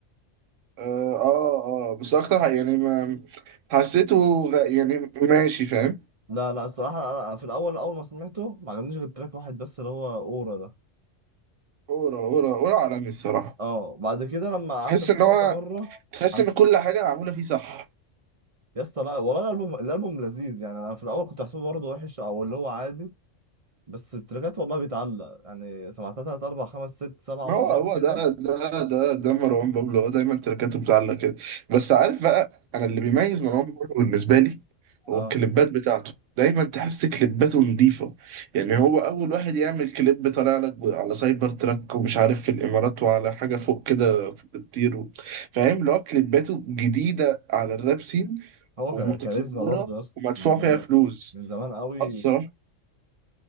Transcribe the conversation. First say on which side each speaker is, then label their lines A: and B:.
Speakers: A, on the right; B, on the right.
A: اه اه آه، بس اكتر حاجة يعني ما حسيته غ- يعني ماشي فاهم
B: لا لا الصراحة أنا في الأول أول ما سمعته ما عجبنيش غير تراك واحد بس اللي هو أورا ده
A: اورا اورا اورا عالمي الصراحة
B: أه بعد كده لما قعدت
A: تحس
B: أسمعه
A: ان هو
B: كذا مرة
A: تحس
B: حس...
A: ان كل حاجة معمولة فيه صح
B: يا اسطى لا والله الألبوم الألبوم لذيذ يعني أنا في الأول كنت حاسبه برضه وحش أو اللي هو عادي بس التراكات والله بيتعلق يعني سمعتها تلات أربع خمس ست سبع
A: ما
B: مرات
A: هو هو
B: كده
A: ده ده ده ده مروان بابلو هو دايما تركاته بتعلق كده بس عارف بقى انا اللي بيميز مروان بابلو بالنسبه لي هو
B: أه
A: الكليبات بتاعته دايما تحس كليباته نظيفه يعني هو اول واحد يعمل كليب طالع لك ب- على سايبر تراك ومش عارف في الامارات وعلى حاجه فوق كده في- بتطير و- فاهم اللي هو كليباته جديده على الراب سين
B: هو
A: ومتطوره
B: ك... كاريزما برضه يا اسطى
A: ومدفوع
B: من زمان
A: فيها فلوس
B: من زمان قوي
A: آه الصراحه